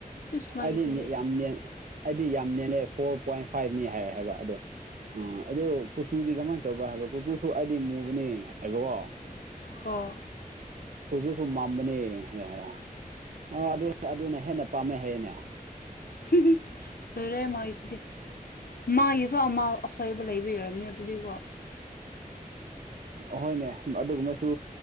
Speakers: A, on the left; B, on the right.
A: ꯏꯁ ꯃꯥꯒꯤꯁꯤꯗꯤ
B: ꯑꯩꯗꯤ <unintelligible> ꯌꯥꯝ <unintelligible> ꯑꯩꯗꯤ ꯌꯥꯝ ꯅꯦꯜꯂꯦ ꯐꯣꯔ ꯄꯣꯏꯟ ꯐꯥꯏꯚꯅꯤ ꯍꯥꯏ ꯍꯥꯏꯕ ꯑꯗꯣ ꯎꯝ ꯑꯗꯨ ꯀꯨꯆꯨꯗꯤ ꯀꯃꯥꯏꯟ ꯇꯧꯕ꯭ꯔꯥ ꯍꯥꯏꯕ ꯀꯨꯆꯨꯁꯨ ꯑꯩꯗꯤ ꯃꯨꯕꯅꯤ ꯍꯥꯏꯕꯀꯣ
A: ꯑꯣ
B: ꯀꯨꯆꯨꯁꯨ ꯃꯝꯕꯅꯦ <unintelligible> ꯑꯗꯨ ꯑꯗꯨꯅ ꯍꯦꯟꯅ ꯄꯥꯝꯃꯦ ꯍꯥꯏꯌꯦꯅꯦ
A: <unintelligible> ꯂꯣꯢꯔꯦ ꯃꯥꯢꯁꯤꯗꯤ ꯃꯥꯒꯤꯁꯨ ꯑꯃꯥꯜ ꯑꯁꯣꯢꯕ ꯂꯩꯕꯒꯤ ꯑꯣꯏꯔꯝꯅꯦ ꯑꯗꯨꯗꯤꯀꯣ
B: ꯍꯣꯏꯅꯦ ꯑꯗꯨꯒꯨꯝꯕꯁꯨ